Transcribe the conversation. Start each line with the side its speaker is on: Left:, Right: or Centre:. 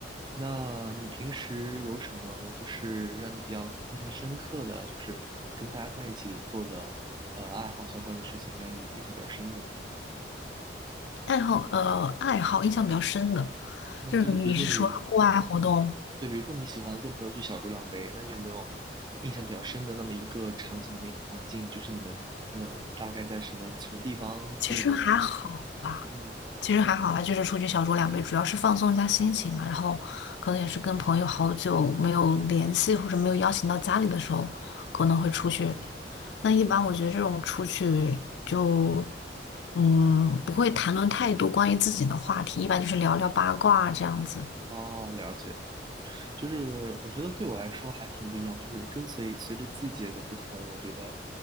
Right: 那你平时有什么就是让你比较印象深刻的，就是跟大家在一起做的呃爱好相关的事情，让你印象比较深的？
Left: 爱好，呃，爱好印象比较深的，
Right: 嗯，
Left: 就是你是说户外活动，
Right: 就是比如说你对，比如说你喜欢跟朋友去小酌两杯，那你有没有印象比较深的那么一个场景，那么一个环境，就是你们呃大概在什么什么地方喝了点？
Left: 其实还好。吧。
Right: 嗯，
Left: 其实还好啦，就是出去小酌两杯，主要是放松一下心情嘛。然后可能也是跟朋友好久没有联系，或者没有邀请到家里的时候，可能会出去。那一般我觉得这种出去就，嗯，不会谈论太多关于自己的话题，一般就是聊聊八卦啊这样子。
Right: 哦，了解。就是我觉得对我来说还挺不一样，就是跟随随着季节的不同，我觉得，